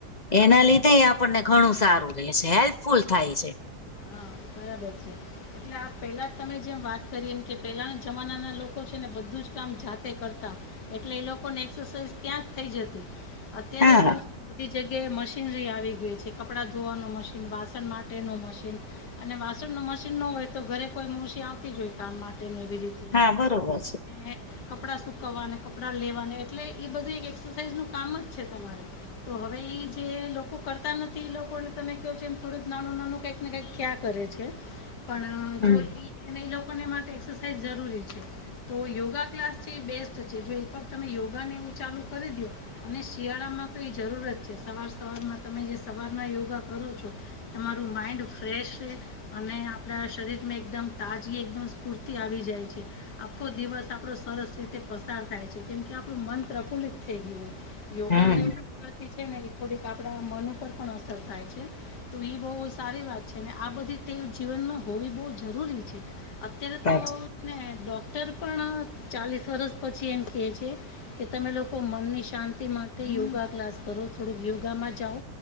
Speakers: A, on the left (about 30°); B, on the left (about 80°).
A: એના લીધે આપણને ઘણું સારું રહેે છે, હેલ્પફુલ થાય છે.
B: હા બરાબર છે. એટલે આ પહેલા તમે જેમ વાત કરી એમ કે, પેલાના જમાનાના લોકો છે ને બધું જ કામ જાતે કરતા. એટલે એ લોકોને એક્સરસાઝ ત્યાં જ થઈ જતી અત્યારે
A: હા
B: શું બધી જગ્યાએ મશીનરી આવી ગયી છે, કપડા ધોવાનું મશીન, વાસણ માટેનું મશીન, અને વાસણ નુ મશીન ન હોય તો ઘરે કોઈ મોસી આવતી જ હોય કામ માટે ને એવી રીતે
A: હા બરોબર છે.
B: ને કપડાં સુકવવાને, કપડાં લેવાને એટલે એ બધું એક એક્સરસાઇઝ નું કામ જ છે તમારે, તો હવે ઈ જે લોકો કરતા નથી એ લોકોને તમે ક્યો છો એમ થોડું નાનું નાનું કંઈક ને કઈક ક્યા કરે છે પણ
A: હમ
B: જો એ લોકોને માટે એક્સરસાઇઝ જરૂરી છે. તો યોગા ક્લાસ છે એ બેસ્ટ છે જો એક વાર તમે યોગા ને એવું ચાલુ કરી દો, અને શિયાળા માં તો એ જરૂરત છે સવાર સવારમાં તમે જે સવારના યોગા કરો છો, તમારું માઈન્ડ ફ્રેશ અને આપડા શરીરમાં એકદમ તાજગી એકદમ સ્ફૂર્તિ આવી જાય છે. આખો દિવસ આપણો સરસ રીતે પસાર થાય છે કેમ કે આપણું મન પ્રફુલ્લિત થઈ ગયું. યોગા
A: હમ
B: ને એવું એનાથી છે ને થોડીક આપણા મન ઉપર પણ અસર થાય છે તો એ બહુ સારી વાત છે. અનેન આ બધી ટેવ જીવનમાં હોવી બહુ જરૂરી છે. અત્યારે
A: સાચું
B: તો અને ડોક્ટર પણ ચાલીસ વરસ પછી એમ કે છે કે તમે લોકો ત મનની શાંતિ માટે યોગા ક્લાસ કરો થોડુંક યોગામાં જાઓ.